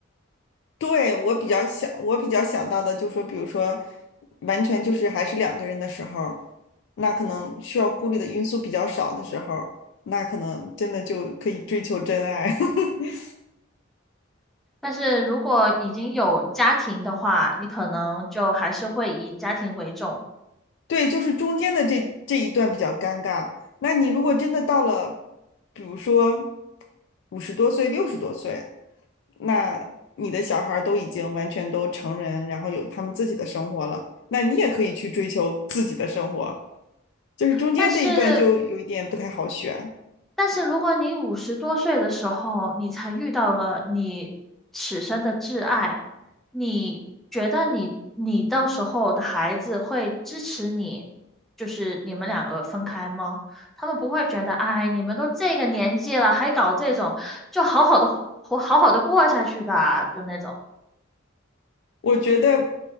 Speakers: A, on the left; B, in the centre.
A: 对，我比较想，我比较想到的就是说，比如说，完全就是还是两个人的时候，那可能需要顾虑的因素比较少的时候，那可能真的就可以追求真爱。<laughs>
B: 但是如果已经有家庭的话，你可能就还是会以家庭为重。
A: 对，就是中间的这这一段比较尴尬。那你如果真的到了，比如说五十多岁、六十多岁，那你的小孩儿都已经完全都成人，然后有他们自己的生活了，那你也可以去追求自己的生活。就是中间这一段就有一点不太好选。
B: 但是，但是如果你五十多岁的时候，你才遇到了你此生的挚爱，你觉得你你到时候的孩子会支持你，就是你们两个分开吗？他们不会觉得，哎，你们都这个年纪了，还搞这种，就好好的活，好好的过下去吧，就那种。
A: 我觉得，